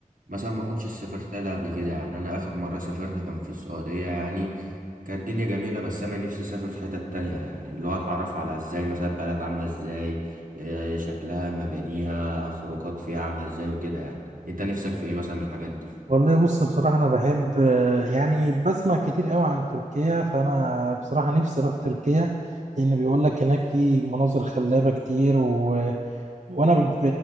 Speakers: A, on the right; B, on the right.
A: مثلا ما كنتش سافرت لها قبل كده يعني انا اخر مرة سافرت كان في السعودية يعني كانت الدنيا جميلة بس انا نفسي اسافر في حتة تانية يعني اللي هو اتعرف على ازاي مثلا بلد عاملة ازاي آه، شكلها مبانيها خروجات فيها عاملة ازاي وكده يعني انت نفسك في ايه مثلا من الحاجات دي
B: والله بص بصراحه انا بحب يعني بسمع كتير قوي عن تركيا فانا بصراحه نفسي اروح تركيا لان بيقول لك هناك في مناظر خلابه كتير و... وانا ب...